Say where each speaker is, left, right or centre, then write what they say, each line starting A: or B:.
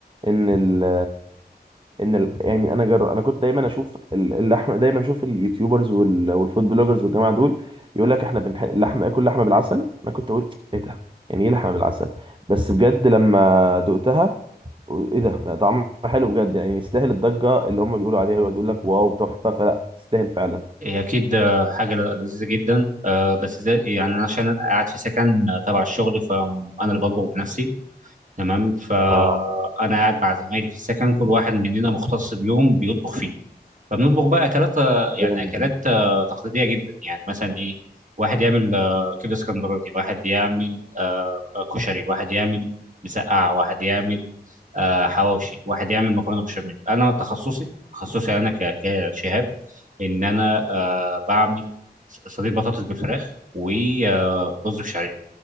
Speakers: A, on the right; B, on the right.
A: ان ال ان ال يعني انا جر... انا كنت دايما اشوف ال- اللحمه دايما اشوف اليوتيوبرز وال... والفود بلوجرز والجماعه دول يقول لك احنا بنح... لحمه اكل لحمه بالعسل انا كنت اقول ايه ده يعني ايه لحمه بالعسل بس بجد لما دقتها و- ايه ده لا طعمها حلو بجد يعني يستاهل الضجه اللي هم بيقولوا عليها ويقعدوا يقول لك واو تحفه فلا تستاهل فعلا
B: هي أكيد آه، حاجة لذيذة جدا آه، بس زي يعني أنا عشان أنا قاعد في سكن آه، تبع الشغل فأنا اللي بطبخ بنفسي تمام فانا
A: اه
B: قاعد مع زمايلي في السكن كل واحد مننا مختص بيوم بيطبخ فيه فبنطبخ بقى اكلات آه، يعني
A: جامد
B: اكلات آه، تقليديه جدا يعني مثلا ايه واحد يعمل آه، كبده اسكندراني واحد يعمل آه، كشري واحد يعمل مسقعه واحد يعمل آه، حواوشي واحد يعمل مكرونه بشاميل انا تخصصي تخصصي انا ك- كشهاب ان انا آه، بعمل ص- صينيه بطاطس بالفراخ ورز بشعريه